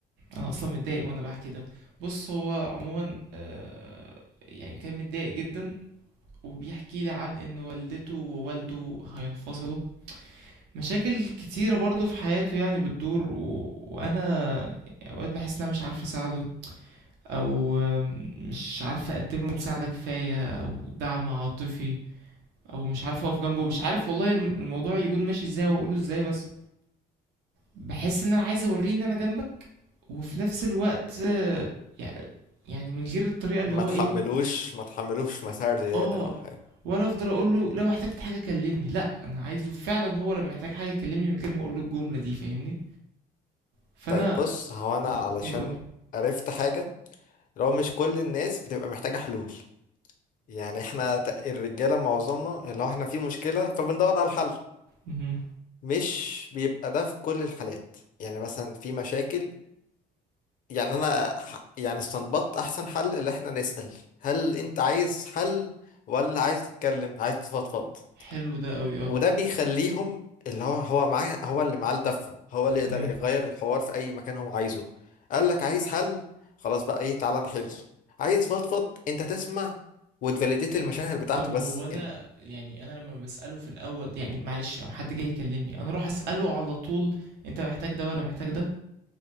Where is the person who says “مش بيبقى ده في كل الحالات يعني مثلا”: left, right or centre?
Left